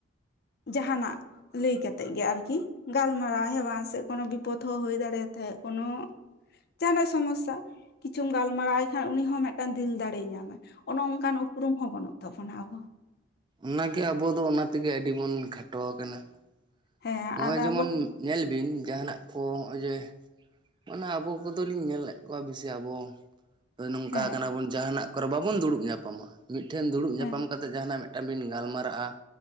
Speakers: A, on the left; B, on the right.
A: ᱡᱟᱦᱟᱱᱟᱜ ᱞᱟᱹᱭ ᱠᱟᱛᱮᱫ ᱜᱮ ᱟᱨᱠᱤ ᱜᱟᱞᱢᱟᱨᱟᱣ ᱦᱮᱣᱟ ᱥᱮ ᱠᱳᱱᱚ ᱵᱤᱯᱚᱫᱽ ᱦᱚᱸ ᱦᱩᱭ ᱫᱟᱲᱮᱭᱟ ᱛᱟᱭᱟ ᱠᱳᱱᱚᱼᱼ ᱡᱟᱦᱟᱱᱟᱜ ᱥᱚᱢᱚᱥᱥᱟ ᱠᱤᱪᱷᱩᱢ ᱜᱟᱞᱢᱟᱨᱟᱣᱟᱭ ᱠᱷᱟᱱ ᱩᱱᱤ ᱦᱚᱸ ᱢᱤᱫᱴᱟᱱ ᱫᱤᱞ ᱫᱟᱲᱮᱭ ᱧᱟᱢᱟ᱾ ᱚᱱᱚ ᱚᱝᱠᱟᱱ ᱩᱯᱨᱩᱢ ᱦᱚᱸ ᱵᱟᱹᱱᱩᱜ ᱛᱟᱵᱚᱱᱟ ᱟᱵᱚ
B: ᱚᱱᱟᱜᱮ ᱟᱵᱚ ᱫᱚ ᱚᱱᱟ ᱛᱮᱜᱮ ᱟᱹᱰᱤ ᱵᱚᱱ ᱠᱷᱟᱴᱚ ᱟᱠᱟᱱᱟ ᱾
A: ᱦᱮᱸ
B: ᱱᱚᱜᱼᱚᱭ
A: ᱟᱨ
B: ᱡᱮᱢᱚᱱ
A: ᱟᱵᱚ
B: ᱧᱮᱞ ᱵᱤᱱ ᱡᱟᱦᱟᱸᱱᱟᱜ ᱠᱚ ᱱᱚᱜᱼᱚᱭ ᱡᱮ ᱢᱟᱱᱮ ᱟᱵᱚ ᱠᱚᱫᱚ ᱞᱤᱧ ᱧᱮᱞᱮᱫ ᱠᱚᱣᱟ ᱵᱮᱥᱤ ᱟᱵᱚᱼᱼ ᱦᱳᱭ, ᱱᱚᱝᱠᱟ
A: ᱦᱮᱸ
B: ᱠᱟᱱᱟ ᱵᱚᱱ ᱡᱟᱦᱟᱱᱟᱜ ᱠᱚᱨᱮ ᱵᱟᱵᱚᱱ ᱫᱩᱲᱩᱵ ᱧᱟᱯᱟᱢᱟ, ᱢᱤᱫᱴᱷᱮᱱ ᱫᱩᱲᱩᱵ
A: ᱦᱮᱸ
B: ᱧᱟᱯᱟᱢ ᱠᱟᱛᱮᱜ ᱡᱟᱦᱟᱱᱟᱜ ᱢᱮᱫ ᱢᱤᱫᱴᱟᱝ ᱵᱤᱱ ᱜᱟᱞᱢᱟᱨᱟᱜᱼᱟ